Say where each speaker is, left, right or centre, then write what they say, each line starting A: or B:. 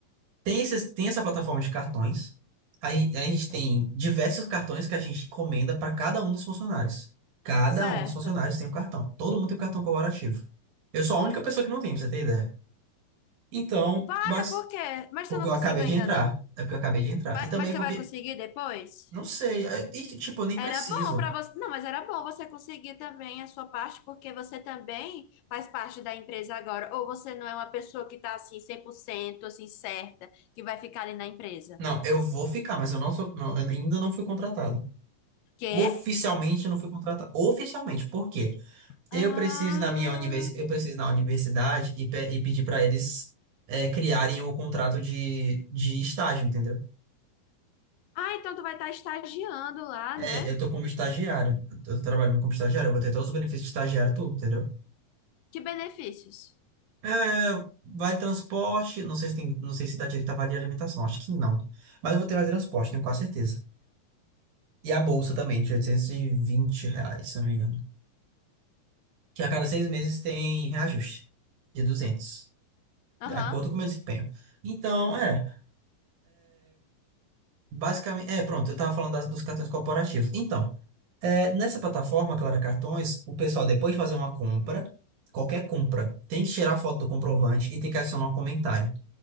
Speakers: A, on the right; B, on the left.
A: Tem, esses, tem essa plataforma de cartões. Aí a gente tem diversos cartões que a gente encomenda para cada um dos funcionários. Cada
B: certo.
A: um dos funcionários tem um cartão. Todo mundo tem um cartão colaborativo. Eu sou a única pessoa que não tem, pra você ter ideia. Então,
B: Para,
A: mas
B: por quê? Mas
A: porque
B: eu não
A: eu
B: consigo
A: acabei
B: ainda,
A: de entrar.
B: não?
A: É porque eu acabei de entrar.
B: Mas,
A: E também
B: mas tu
A: porque,
B: vai conseguir depois?
A: não sei, é- e, tipo, eu nem
B: Era
A: preciso.
B: bom para você. Não, mas era bom você conseguir também a sua parte, porque você também faz parte da empresa agora. Ou você não é uma pessoa que tá assim cem por cento assim certa, que vai ficar ali na empresa.
A: Não, eu vou ficar, mas eu não sou, não, eu ainda não fui contratado.
B: Quê?
A: Oficialmente eu não fui contratado. Oficialmente, por quê? Eu
B: Ah,
A: preciso ir na minha universidade, eu preciso ir na universidade e, pe- e pedir para eles é, criarem o contrato de, de estágio, entendeu?
B: ah, então tu vai estar estagiando lá,
A: É,
B: né?
A: eu tô como estagiário, eu tô trabalhando como estagiário, eu vou ter todos os benefícios de estagiário, tudo, entendeu?
B: Que benefícios?
A: É, vale transporte, não sei se tem, não sei se dá direito a vale alimentação, acho que não. Mas eu vou ter vale transporte, tenho quase certeza. E a bolsa também, de 820 reais, se eu não me engano. Que a cada seis meses tem reajuste de duzentos
B: Aham,
A: De acordo com o meu desempenho. Então, é, basicamente, é, pronto, eu estava falando das- dos cartões corporativos. Então, é, nessa plataforma, Clara Cartões, o pessoal, depois de fazer uma compra, qualquer compra, tem que tirar foto do comprovante e tem que adicionar um comentário.